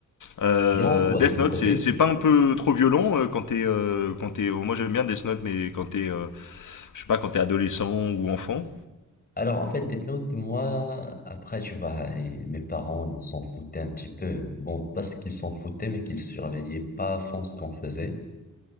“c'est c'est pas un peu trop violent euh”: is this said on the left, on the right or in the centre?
Left